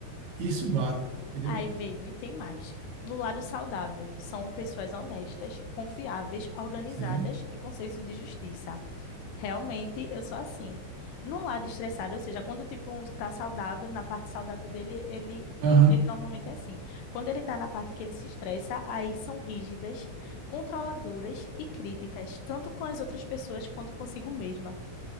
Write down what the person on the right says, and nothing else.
isso bate, entendeu?
Sim.
Aham.